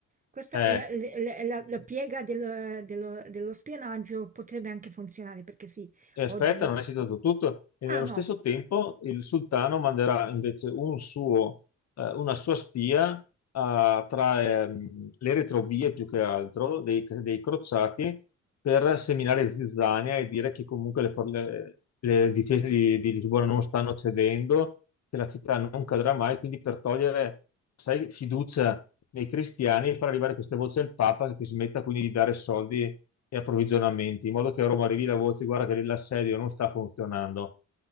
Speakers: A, on the right; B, on the left.
A: Questa,
B: Eh,
A: la, la- la- la piega del- dello, dello spionaggio potrebbe anche funzionare perché sì,
B: E aspetta,
A: oggi...
B: non è citato tutto. E
A: Ah,
B: nello
A: no,
B: stesso tempo il sultano manderà invece un suo, eh, una sua spia a- tra ehm, le retrovie più che altro dei, dei crociati per seminare zizzania e dire che comunque le, for- le- le difese di, di Lisbona non stanno cedendo, che la città non cadrà mai, quindi per togliere, sai, fiducia nei cristiani e far arrivare queste voci al Papa che smetta quindi di dare soldi e approvvigionamenti, in modo che a Roma arrivi la voce, guarda che l'assedio non sta funzionando.